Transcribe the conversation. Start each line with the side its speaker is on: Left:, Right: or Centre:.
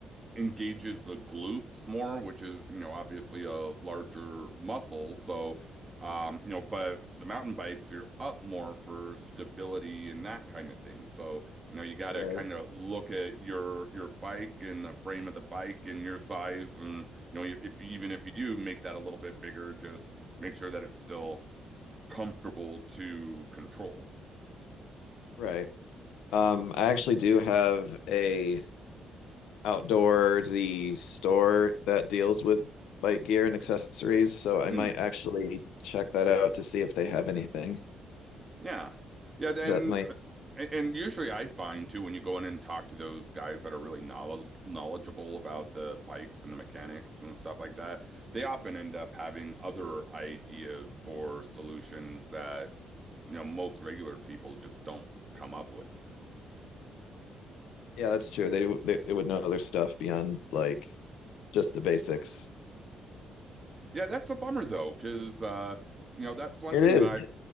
Right: engages the glutes more, which is, you know, obviously a larger muscle. So, um, you know, but the mountain bikes, you're up more for stability and that kind of thing. So, you know, you got to
Left: Right,
Right: kind of look at your your bike and the frame of the bike and your size, and you know, if even if you do make that a little bit bigger, just make sure that it's still comfortable to control.
Left: right. Um, I actually do have a outdoorsy store that deals with bike gear and accessories, so I
Right: Mm.
Left: might actually check that out to see if they have anything
Right: Yeah. Yeah, then
Left: that might.
Right: uh, and usually I find too when you go in and talk to those guys that are really knowledge knowledgeable about the bikes and the mechanics and stuff like that, they often end up having other ideas for solutions that, you know, most regular people just don't come up with.
Left: Yeah, that's true. They w- they, they would know other stuff beyond like just the basics.
Right: Yeah, that's a bummer though, 'cause uh, you know, that's one
Left: It
Right: thing
Left: is.
Right: that I